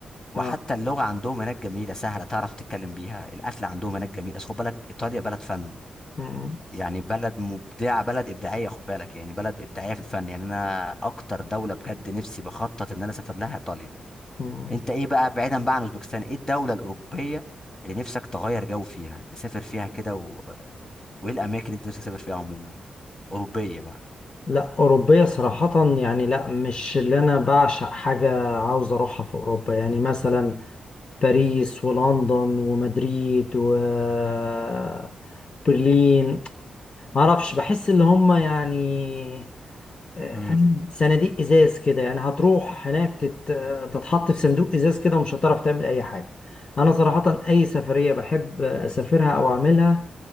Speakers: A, on the left; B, on the left.
A: وحتى
B: اه
A: اللغة عندهم هناك جميلة سهلة تعرف تتكلم بيها الأكل عندهم هناك جميل أصل خد بالك إيطاليا بلد فن
B: مم.
A: يعني بلد مبدعة بلد إبداعية خد بالك يعني بلد إبداعية في الفن يعني أنا أكتر دولة بجد نفسي بخطط إن أنا أسافر لها إيطاليا
B: مم.
A: أنت إيه بقى بعيدا بقى عن أوزبكستان إيه الدولة الأوروبية اللي نفسك تغير جو فيها تسافر فيها كده و... وإيه الأماكن اللي أنت نفسك تسافر فيها عموما أوروبية بقى
B: لا أوروبية صراحة يعني لا مش اللي أنا بعشق حاجة عاوز أروحها في أوروبا يعني مثلا باريس ولندن ومدريد وبرلين معرفش بحس اللي هم يعني فاهم
A: امم
B: صناديق ازاز كده يعني هتروح هناك تت... تتحط في صندوق ازاز كده ومش هتعرف تعمل اي حاجه انا صراحه اي سفريه بحب اسافرها او اعملها